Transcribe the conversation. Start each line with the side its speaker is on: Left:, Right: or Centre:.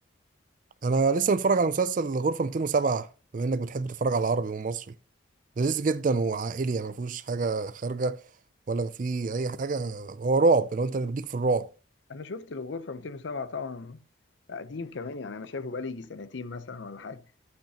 Right: انا لسه متفرج على مسلسل غرفة 207 بما انك بتحب تتفرج على عربي ومصري لذيذ جدا وعائلي يعني ما فيهوش حاجه خارجه ولا في اي حاجه هو رعب لو انت ليك في الرعب
Left: انا شفت الغرفة 207 طبعا قديم كمان يعني انا شايفه بقالي يجي سنتين مثلا ولا حاجة